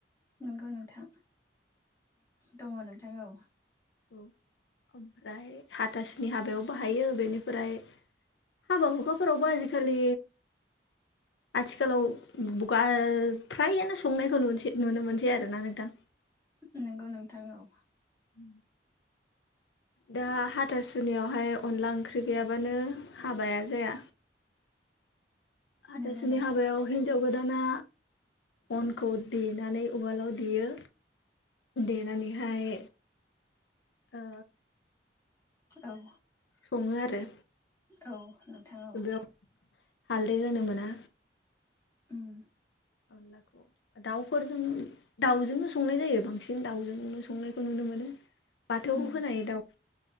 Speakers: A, on the left; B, on the left.
A: नंगौ नोंथां दङ नोंथां औ
B: औ ओमफ्राय हाथासुनि हाबायाव बाहायो बेनिफ्राय हाबा हुखाफोरावबो आजिखालि आथिखालाव गा ओ फ्रायानो संनायखौ नसै नुनो मोनसै आरोना नोंथां
A: नंगौ नोंथां औ
B: उम दा हाथासुनियावहाय अनला ओंख्रि गैयाबानो हाबाया जाया हाथासुनि
A: नंगौ नोंथां
B: हाबायाव हिनजाव गो दाना अनखौ देनानै उवालाव देयो देनानैहाय ओ
A: औ
B: सङो आरो
A: औ नोंथां औ
B: बेयाव हालदै होनो मोना
A: उम
B: अनलाखौ दाउफोरजों दाउजोंनो संनाय जायो बांसिन दाउजोंनो संनायखौ नुनो मो नो बाथौ
A: उम
B: होनाय दाउ